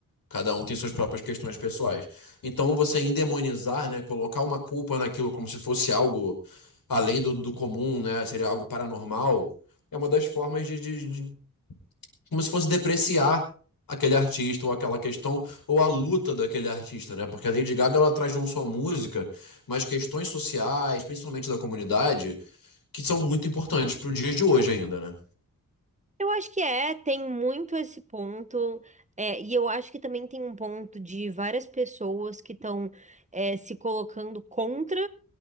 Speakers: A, on the left; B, on the right.
A: Cada um tem suas próprias questões pessoais. Então, você endemonizar, né, colocar uma culpa naquilo como se fosse algo além do, do comum, né, seria algo paranormal, é uma das formas de, de- de- como se fosse depreciar aquele artista ou aquela questão ou a luta daquele artista, né? Porque a Lady Gaga ela traz não só música, mas questões sociais, principalmente da comunidade, que são muito importantes para o dia de hoje ainda, né?
B: Eu acho que é, tem muito esse ponto, é, e eu acho que também tem um ponto de várias pessoas que estão, é, se colocando contra